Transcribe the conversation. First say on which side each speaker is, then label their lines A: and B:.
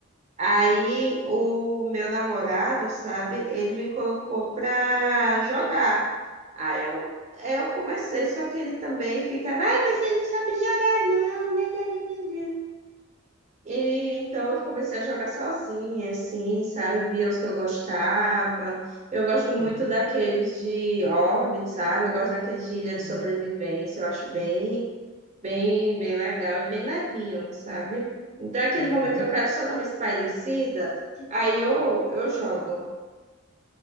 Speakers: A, on the right; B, on the left.
A: Aí o meu namorado, sabe, ele me colocou pra jogar. Aí eu, eu comecei, só que ele também ficava, ai, você não sabe jogar, não. né, né, né, né, né." E então eu comecei a jogar sozinha, assim, sabe? Via os que eu gostava. Eu gosto muito
B: uhum,
A: daqueles de Orbit, sabe? Eu gosto daqueles de Ilha de
B: uhum,
A: Sobrevivência, eu acho bem, bem, bem legal e bem levinho, sabe? Então é aquele
B: uhum.
A: momento que eu quero só dar uma espairecida, aí eu, eu jogo.